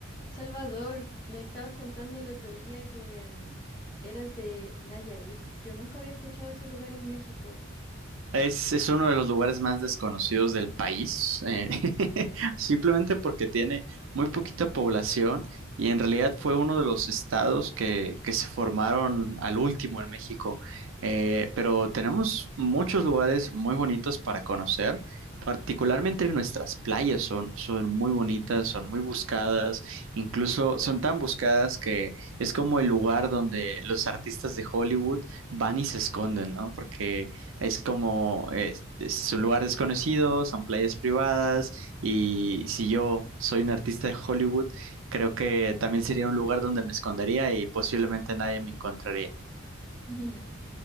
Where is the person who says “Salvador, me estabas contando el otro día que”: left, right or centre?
Left